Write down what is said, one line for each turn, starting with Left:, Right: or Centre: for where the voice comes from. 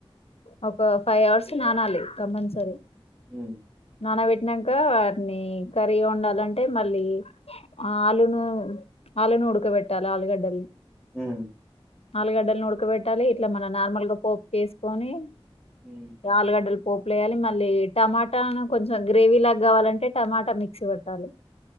Left: అ ఫైవ్ అవర్స్ నానాలి కంపల్సరీ
Centre: హు
Left: నానబెట్టినాక వారిని కర్రీగా వండాలంటే మళ్ళీ ఆలును ఆలును ఉడకబెట్టాలి ఆలుగడ్డల్ని
Centre: హు
Left: ఆలుగడ్డలను ఉడకబెట్టాలి ఇట్లా మన నార్మల్ గా పోపు వేసుకొని
Centre: హ్మ్.
Left: ఆలుగడ్డలు పోప్ లేయాలి మళ్ళీ టమాటాను కొంచెం గ్రేవీ లాగా కావాలంటే టమాటా మిక్సీ పట్టాలి